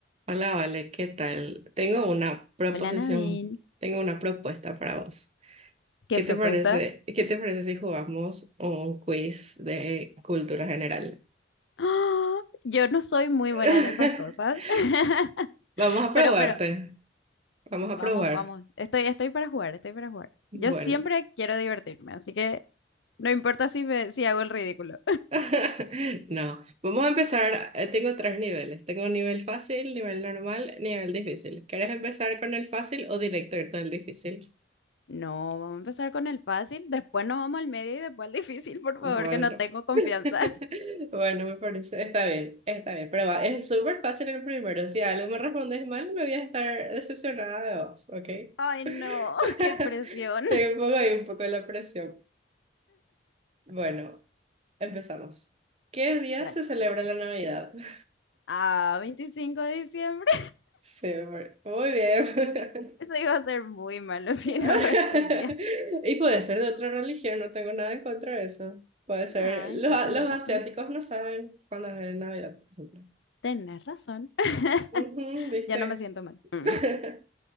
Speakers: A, on the right; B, on the left.
A: Hola, Vale, ¿qué tal? Tengo una proposición,
B: Hola Nadine,
A: tengo una propuesta para vos.
B: ¿qué
A: ¿Qué
B: propuesta?
A: te parece, qué te parece si jugamos un quiz de cultura general?
B: ¡Ah! Yo no soy muy
A: <laughs>
B: buena en esas cosas, <laughs>
A: Vamos a
B: pero,
A: probarte,
B: pero,
A: vamos a
B: vamos,
A: probar.
B: vamos, estoy, estoy para jugar, estoy para jugar.
A: Bueno,
B: Yo siempre quiero divertirme, así que no importa si, me- si hago el ridículo.
A: <laughs> no, vamos a empezar, eh, tengo tres niveles, tengo un nivel fácil, nivel normal, nivel difícil. ¿Quieres empezar con el fácil o directo irte al difícil?
B: No, vamos a empezar con el fácil, después nos vamos al medio y después al difícil, por
A: Bueno,
B: favor, que no tengo confianza.
A: <laughs>
B: <laughs>
A: bueno, me parece, está bien, está bien, pero va, es súper fácil el primero. Si algo me respondes mal, me voy a estar decepcionada de vos, ¿ok?
B: Ay,
A: <laughs>
B: no, <laughs> qué presión.
A: Te pongo ahí un poco la presión. Bueno, empezamos. ¿Qué día
B: Dale.
A: se celebra la Navidad? <laughs>
B: Ah, 25 de diciembre.
A: Sí, amor. muy bien.
B: <laughs> Eso iba a ser muy malo <laughs> si
A: <laughs>
B: no respondía.
A: Y puede ser de otra religión, no tengo nada en contra de eso. Puede ser,
B: Ay,
A: los,
B: sí, tenés
A: los asiáticos
B: razón.
A: no saben cuándo es Navidad, por ejemplo.
B: Tenés razón. <laughs>
A: Ujú, ¿viste?
B: Ya no me siento mal. Mm.
A: <laughs>